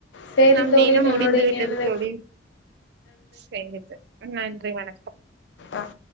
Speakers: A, on the left; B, on the right.
A: சேரி
B: நம்
A: தோழி
B: இனம்
A: நம்மளுடைய
B: முடிந்து விட்டது
A: நேர
B: தோழி செரி தோழி நன்றி வணக்
A: ஆஹ்